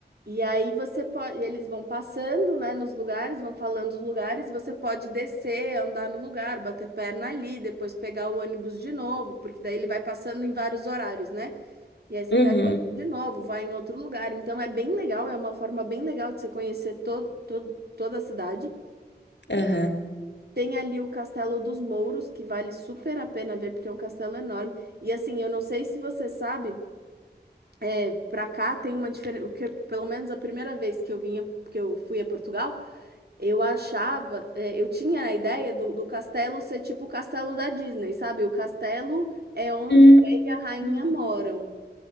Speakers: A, on the right (about 65°); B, on the left (about 85°).
A: E aí você pode, eles vão passando, né, nos lugares, vão falando os lugares, você pode descer, andar no lugar, bater perna ali, depois pegar o ônibus de novo, porque daí ele vai passando em vários horários, né? E aí você
B: Uhum,
A: pega o ônibus de novo, vai em outro lugar. Então é bem legal, é uma forma bem legal de você conhecer todo, todo, toda a cidade.
B: aham.
A: Tem ali o Castelo dos Mouros, que vale super a pena ver, porque é um castelo enorme. E assim, eu não sei se você sabe, é, pra cá tem uma diferença, porque pelo menos a primeira vez que eu vinha, que eu fui a Portugal, eu achava, é, eu tinha a ideia do, do castelo ser tipo o castelo da Disney, sabe? O castelo é onde
B: Hum,
A: o rei e a rainha
B: hum.
A: moram.